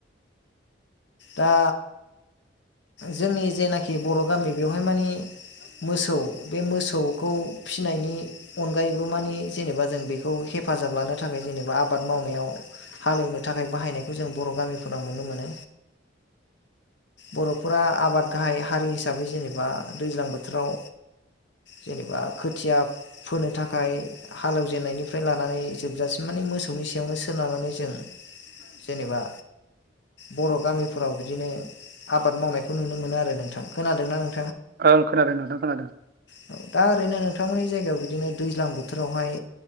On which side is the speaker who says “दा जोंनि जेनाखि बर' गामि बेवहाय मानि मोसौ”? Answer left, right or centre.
Left